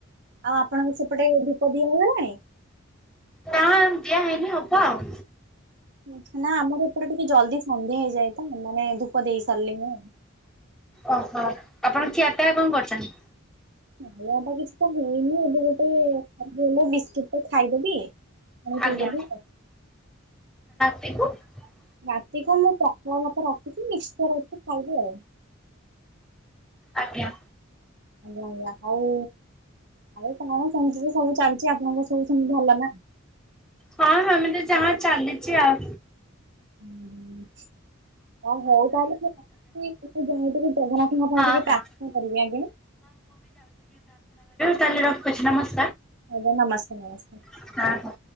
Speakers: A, on the right; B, in the centre.
A: ଆଉ ଆପଣଙ୍କ ସେପଟେ ଦୀପ ଦିଆ ହେଇଗଲାଣି?
B: ନା ଦିଆ ହେଇନି ହବ ଆଉ।
A: ଛା ନା ଆମର ଏପରେ ଟିକେ ଜଲଦି ସନ୍ଧ୍ୟା ହେଇଯାଏ ତ ମାନେ ଧୂପ ଦେଇ ସାରିଲେଣି।
B: ଓହୋ ଆପଣ ଖିଆ ପିଆ କଣ କରୁଛନ୍ତି?
A: ନଟା କିଛି ତ ହେଇନି ଏବେ ଗୋଟେ ଖାଲି ହେଲା ବି ଖାଇଦେବି ପାଣି ପିଇଦେବି
B: ଆଜ୍ଞା
A: ଆଉ।
B: <unintelligible>
A: ରାତିକ ମୁଁ ପଖାଳ ଭାତ ମିକ୍ସଚାର ଅଛି ଖାଇ ଵି ଆଉ।
B: ଆଜ୍ଞା।
A: ଆଜ୍ଞା ଆଜ୍ଞ ହଉ ଆଉ କଣ ସେତିରେ ସବୁ ଚାଲି। ଆପଣଙ୍କ ସବୁ ଭଲ।
B: ହଁ ହଁ ଏମିତି ଯାହା ଚାଲିଛି ଆଉ।
A: ହୁଁ। ଆଉ ହଉ ତାହେଲେ ମୁଁ ମୁଁ ଯାଇ ଟିକେ ଜଗନ୍ନାଥଙ୍କ
B: ହଁ
A: ପାଇଁ ଟିକେ
B: ହଁ
A: ପ୍ରାର୍ଥନା କରିବି ଆଜ୍ଞା।
B: ତାେଲେ ରଖୁଛି ନାେ।
A: ଞ ନମସ୍କାର ନମସ୍କାର।
B: ହଁ ହଁ।